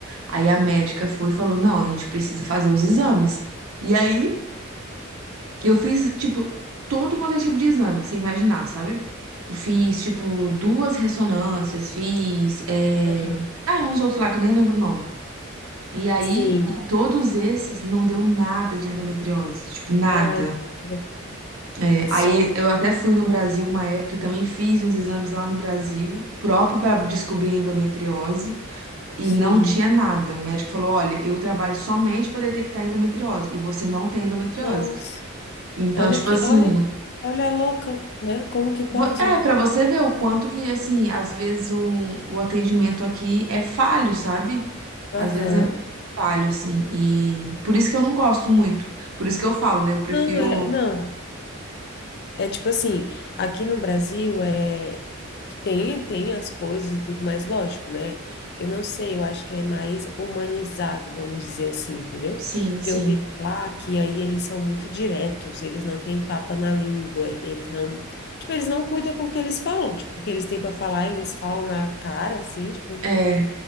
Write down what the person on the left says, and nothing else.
aham.
Sim.
Ai, que vida boa.
Olha
só.
Sim.
Nossa.
Olha
que,
olha, olha a louca, né? Como que pode?
Aham.
Não, é, não. É tipo assim, aqui no Brasil é tem tem as coisas e tudo mais, lógico, né? Eu não sei, eu acho que é mais humanizado, vamos dizer assim, entendeu?
Porque
eu vi lá que aí eles são muito diretos, eles não têm papa na língua, eles não, tipo, eles não cuidam com o que eles falam, tipo, o que eles têm para falar, eles falam na cara assim, tipo,